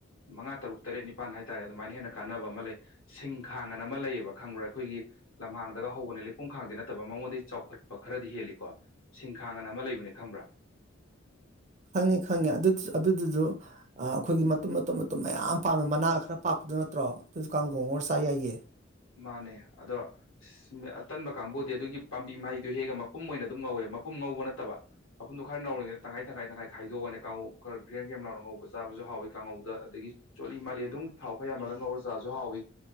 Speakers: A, on the left; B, on the right.
A: ꯃꯉꯥ ꯇꯔꯨꯛ ꯇꯔꯦꯠ ꯅꯤꯄꯥꯟ ꯍꯥꯏꯇꯥꯔꯦ ꯑꯗꯨꯃꯥꯏꯅ ꯍꯦꯟꯅ ꯀꯥꯟꯅꯕ ꯑꯃ ꯂꯩ ꯁꯤꯡ ꯈꯥꯡꯑꯅ ꯑꯃ ꯂꯩꯌꯦꯕ ꯈꯪꯕ꯭ꯔꯥ ꯑꯩꯈꯣꯏꯒꯤ ꯂꯝꯍꯥꯡꯗꯒ ꯍꯧꯕꯅꯤ ꯂꯩꯄꯨꯡ ꯈꯥꯡꯗꯤ ꯅꯠꯇꯕ ꯃꯉꯣꯟꯗꯒꯤ ꯆꯥꯎꯈꯠꯄ ꯈꯔꯗꯤ ꯍꯦꯜꯂꯤꯀꯣ ꯁꯤꯡꯈꯥꯡ ꯉꯅ ꯑꯃ ꯂꯩꯕ ꯂꯩꯕꯅꯦ ꯈꯪꯕ꯭ꯔꯥ
B: ꯈꯪꯉꯦ ꯈꯪꯉꯦ ꯑꯗꯨ ꯑꯗꯨꯗꯨꯖꯨ ꯑꯗꯨꯗꯨꯖꯨ ꯑꯩꯈꯣꯏꯒꯤ ꯃꯇꯨꯝ ꯃꯇꯨꯝ ꯃꯇꯨꯝ ꯃꯌꯥꯝ ꯄꯥꯟꯕ ꯃꯅꯥ ꯈꯔ ꯄꯥꯛꯄꯗꯣ ꯅꯠꯇ꯭ꯔꯣ ꯑꯗꯨꯁꯨ ꯀꯥꯡꯒꯧ ꯉꯧꯔ ꯆꯥꯕ ꯌꯥꯏꯌꯦ
A: ꯃꯥꯟꯅꯦ ꯑꯗꯣ ꯑꯁ ꯑꯇꯟꯕ ꯀꯥꯡꯕꯨꯗꯤ ꯑꯗꯨꯒꯤ ꯄꯥꯝꯕꯤ ꯃꯍꯩꯗꯨ ꯍꯦꯛꯒ ꯃꯄꯨꯝ ꯑꯣꯏꯅ ꯑꯗꯨꯝ ꯉꯧꯋꯦ ꯃꯄꯨꯝ ꯉꯧꯕ ꯅꯠꯇꯕ ꯃꯄꯨꯟꯗꯣ ꯈꯔ ꯅꯧꯔꯤꯉꯩꯗ ꯇꯪꯈꯥꯏ ꯇꯪꯈꯥꯏ ꯇꯪꯈꯥꯏ ꯈꯥꯏꯗꯣꯛ ꯑꯒꯅꯦ ꯀꯥꯡꯉꯧ ꯈꯔ ꯒ꯭ꯔꯦꯝ ꯒ꯭ꯔꯦꯝ ꯂꯥꯎꯅ ꯉꯧꯕ ꯆꯥꯕꯁꯨ ꯍꯥꯎꯋꯤ ꯀꯥꯡꯉꯧꯗ ꯑꯗꯒꯤ ꯆꯣꯠꯂꯤ ꯃꯥꯜꯂꯤ ꯑꯗꯨꯝ ꯊꯥꯎ ꯈꯔ ꯌꯥꯝꯍꯜꯂ ꯉꯧꯔ ꯆꯥꯖꯨ ꯍꯥꯎꯏ